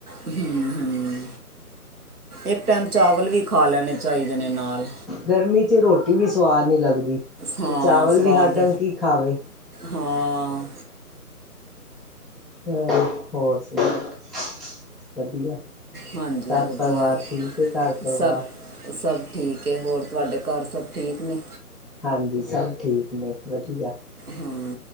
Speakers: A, on the right; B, in the centre.
A: ਹੂ, ਹੂ। ਏੱਕ ਟਾਈਮ ਚਾਵਲ ਵੀ ਖਾ ਲੈਣੇ ਚਾਈਦੇ ਨੇ ਨਾਲ।
B: ਗਰਮੀ 'ਚ ਰੋਟੀ ਵੀ ਸਵਾਦ ਨੀ ਲੱਗਦੀ
A: ਹਾਂ
B: ਤੇ ਚਾਵਲ
A: ਸਵਾਦ
B: ਵੀ ਹਰ ਟੈਮ ਕੀ ਖਾਵੇ।
A: ਹਾਂ।
B: ਹ ਹੋਰ ਸੁਣਾਓ? ਵਧੀਆ।
A: ਹਾਂਜੀ
B: ਸਭ
A: ਵਧੀਆ
B: ਪਰਿਵਾਰ
A: ਹੈ
B: ਠੀਕ ਏ, ਘਰ ਪਰਿਵਾਰ?
A: ਸਭ ਸਭ ਠੀਕ ਏ। ਹੋਰ ਤੁਆਡੇ ਘਾਰ ਸਭ ਠੀਕ ਨੇਂ?
B: ਹਾਂਜੀ, ਸਭ ਠੀਕ ਨੇ ਵਧੀਆ।
A: ਹੂੰ।